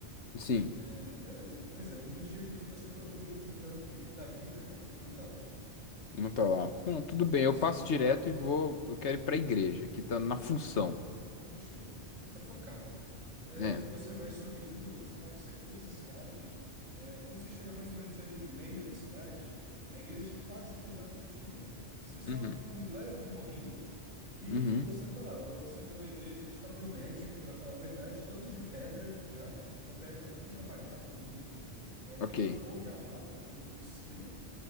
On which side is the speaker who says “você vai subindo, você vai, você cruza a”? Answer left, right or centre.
Right